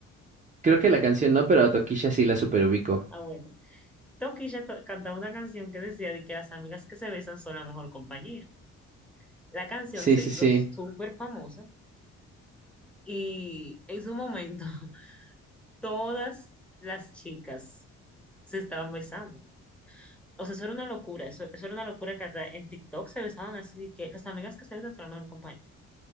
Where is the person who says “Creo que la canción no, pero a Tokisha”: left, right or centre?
Right